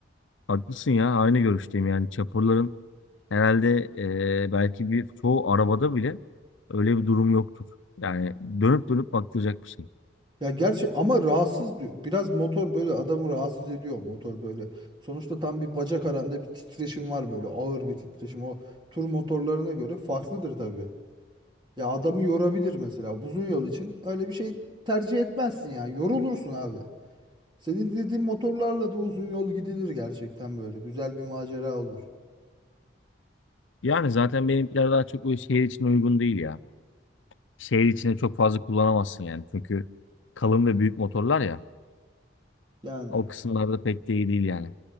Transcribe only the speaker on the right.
Ya gerçi ama rahatsız diyor. Biraz motor böyle adamı rahatsız ediyor motor böyle. Sonuçta tam bir bacak aranda bir titreşim var böyle ağır bir titreşim. O tur motorlarına göre farklıdır tabii. Ya adamı yorabilir mesela uzun yol için öyle bir şey tercih etmezsin ya. Yorulursun abi. Senin dediğin motorlarla da uzun yol gidilir gerçekten böyle. Güzel bir macera olur.
Yani